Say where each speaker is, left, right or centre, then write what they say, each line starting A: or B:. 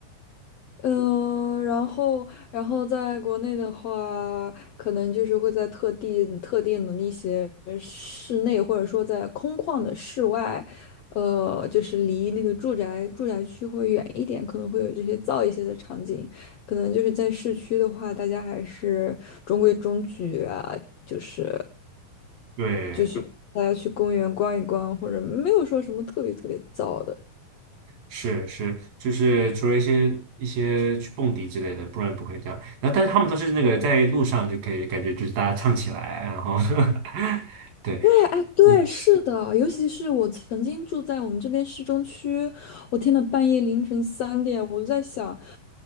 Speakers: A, on the left (about 70°); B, on the right (about 75°).
A: 嗯，然后，然后在国内的话，可能就是会在特定特定的那些室内，或者说在空旷的室外，呃，就是离那个住宅住宅区会远一点，可能会有这些噪一些的场景。可能就是在市区的话，大家还是中规中矩啊，就是
B: 对，
A: 就是大家去公园逛一逛，或者没有说什么特别特别噪的。
B: 是是，就是除了一些一些去蹦迪之类的，不然不会这样。然后，但是他们都是那个在路上就可以感觉就是大家唱起来，然后 <laughs> 对。
A: 对，哎，对，
B: 嗯。
A: 是的，尤其是我曾经住在我们这边市中区，我天呐，半夜凌晨三点，我就在想，